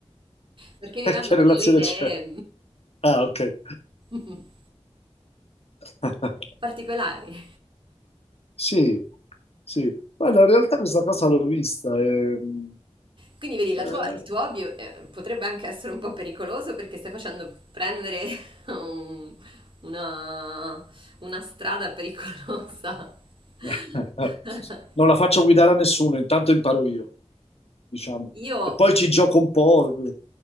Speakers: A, on the right; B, on the left.
A: perché vi
B: E
A: vengono
B: Che relazione
A: delle idee
B: c'è? Ah, ok.
A: <laughs>
B: <laughs>
A: particolari.
B: Sì, sì. Guarda, in realtà questa cosa l'ho vista. e, mm,
A: Quindi vedi, la
B: eh,
A: tua- il tuo hobby eh, potrebbe anche essere un po' pericoloso perché stai facendo prendere <laughs> un- una, una strada pericolosa. <laughs>
B: <laughs> Non la faccio guidare a nessuno, intanto imparo io, diciamo.
A: Io,
B: E poi ci gioco un po'. Eh,